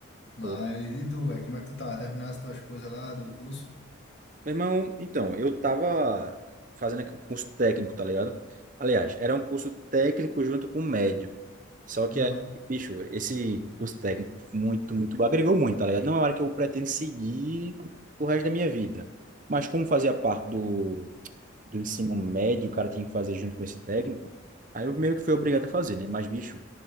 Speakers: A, on the left (about 55°); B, on the right (about 40°).
A: Mas
B: Ô,
A: e tu, velho? Como é que tu tá? Terminaste tuas coisas lá do curso?
B: Meu irmão, então, eu tava fazendo aqui um curso técnico, tá ligado? Aliás, era um curso técnico junto com médio. Só que
A: Aham.
B: aí, bicho, esse curso técnico muito, muito, agregou muito, tá ligado? Não é uma área que eu pretendo seguir o resto da minha vida. Mas como fazia parte do, do ensino médio, o cara tinha que fazer junto com esse técnico, aí eu meio que fui obrigado a fazer, né? Mas, bicho,